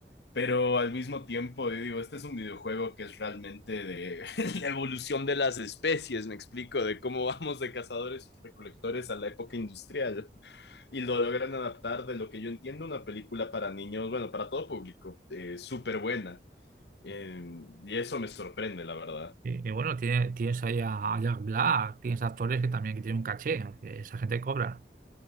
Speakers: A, on the left (about 75°); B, on the right (about 45°).
A: pero al mismo tiempo yo digo, este es un videojuego que es realmente de <laughs> la evolución de las especies, me explico, de cómo vamos de cazadores y recolectores a la época industrial. Y lo logran adaptar de lo que yo entiendo una película para niños, bueno, para todo público, eh, súper buena. Eh, y eso me sorprende, la verdad.
B: Y, y bueno, tiene- tienes ahí a, a Jack Black, tienes actores que también que tienen un caché, que esa gente cobra.